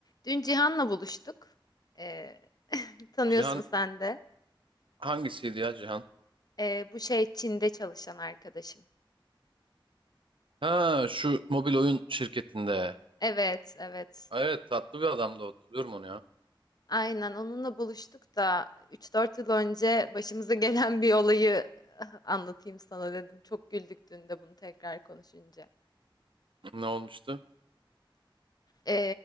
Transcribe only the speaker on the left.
Dün Cihan'la buluştuk. Ee, tanıyorsun
sen de.
Ee, bu şey Çin'de çalışan arkadaşım.
Evet, evet.
Aynen onunla buluştuk da üç dört yıl önce başımıza <laughs> gelen bir olayı <laughs> ah, anlatayım sana dedim. Çok güldük dün de bunu tekrar konuşunca.
Ee,